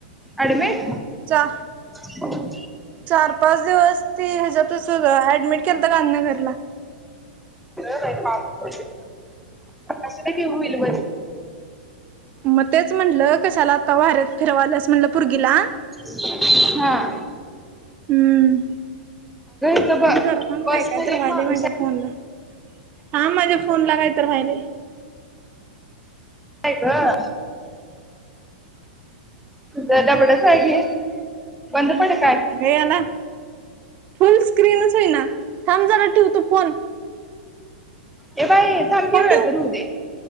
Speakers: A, in the centre; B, on the right.
A: ऍडमेट?
B: चां
A: हम्मं
B: चार पांच दिवसं तेए ह्यांच्यातचं ऍडमिट केल्तं गांधीनरला.
A: स्वयंपाक नाई ती होईल बरी.
B: मं तेचं म्हटलं कशांला आंत्ता वाऱ्यांत फिरवायलंस म्हटलं पोर्गीला
A: <unintelligible> च्च हां
B: हम्म,
A: इथं ब
B: थांम जरा थांब
A: बसमध्ये
B: काय कायतर
A: एक
B: व्हायलंय
A: माणूस
B: माझ्या फोनला. थांब माझ्या फोनला कायतर व्हायलंय.
A: आईगं गडबडच हाय कि बंद पड काय
B: अगं हेना, फुल स्क्रीनच होईना. थांब जरा ठीव तु फोन.
A: ए बाई थांबकी,
B: फोन
A: वेळ
B: ठेव
A: तर हूं दे.